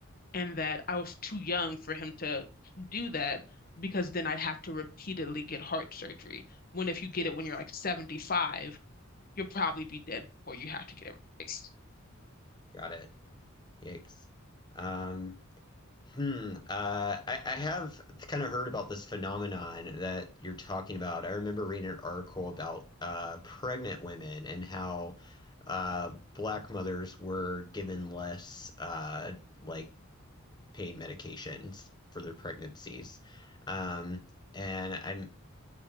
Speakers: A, on the left; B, on the left.
A: and that I was too young for him to do that because then I'd have to repeatedly get heart surgery. When if you get
B: yikes.
A: it when you're like 75, you'll probably be dead before you have to get it replaced.
B: Got it. Yikes. Um, Hmm. Uh, I, I have kind of heard about this phenomenon that you're talking about. I remember reading an article about uh, pregnant women and how uh, black mothers were given less uh, like pain medications for their pregnancies. Um, and I'm